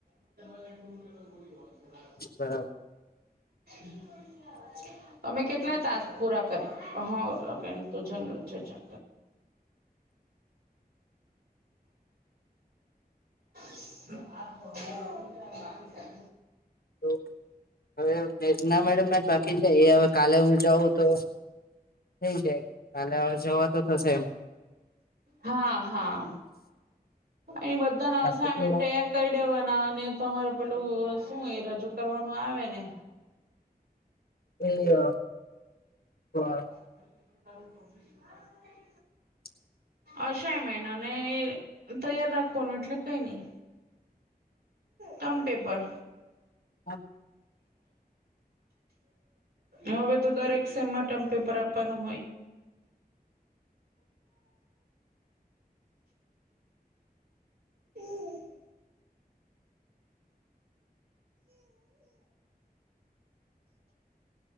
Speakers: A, on the right; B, on the left.
A: <inaudible>
B: બરાબ
A: <inaudible> તમે કેટલા તાસ પૂરા કર હ <unintelligible> <unintelligible>
B: તો હવે <unintelligible> ના મેડમ ના બાકીછે હવે કાલે હું જાઉં તો થઈ જાય કાલે જવા તો થશે એમ
A: હા હા ને બધાણા
B: બાકી
A: અસાઈમેન્ટ
B: તો
A: કરી દેવાના અને તમારે પેલું શું એ રજૂ કરવાનું આવે ને
B: <unintelligible>
A: <inaudible>
B: <inaudible>
A: અશાય મેન અને એ તૈયાર રાખવાનું એટલે કઈ ની તમ પેપર
B: હ
A: હવે તો દરેક સેમમાં ટમ પેપર આપવાનું હોય હમ